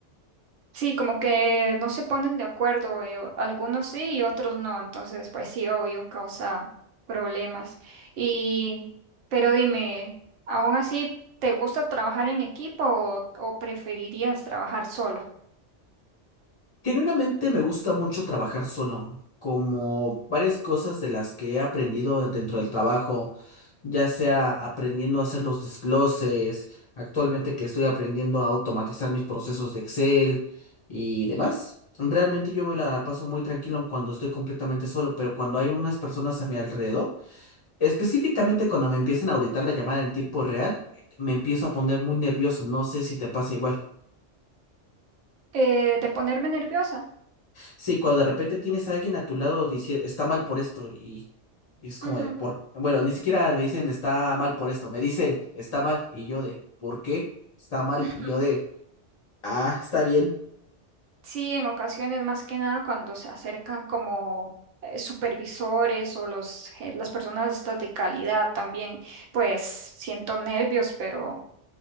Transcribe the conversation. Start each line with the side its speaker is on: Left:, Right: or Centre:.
Right: Sí, como que no se ponen de acuerdo, eh, o- algunos sí y otros no, entonces pues sí, obvio, causa problemas. Y, pero dime, ¿aún así te gusta trabajar en equipo o, o preferirías trabajar solo?
Left: Genuinamente me gusta mucho trabajar solo, como varias cosas de las que he aprendido dentro del trabajo, ya sea aprendiendo a hacer los desgloses, actualmente que estoy aprendiendo a automatizar mis procesos de Excel y demás. Realmente yo me la paso muy tranquilo cuando estoy completamente solo, pero cuando hay unas personas a mi alrededor, Específicamente cuando me empiezan a auditar la llamada en tiempo real, me empiezo a poner muy nervioso. No sé si te pasa igual.
Right: Eh, de ponerme nerviosa.
Left: Sí, cuando de repente tienes a alguien a tu lado diciendo está mal por esto y, y es como
Right: Ujú,
Left: de por bueno, ni siquiera me dicen está mal por esto, me dicen está mal y yo de ¿por qué? Está mal
Right: <laughs>
Left: y yo de ah, está bien.
Right: Sí, en ocasiones más que nada cuando se acercan como eh, supervisores o los, je- las personas estas de calidad también, pues siento nervios, pero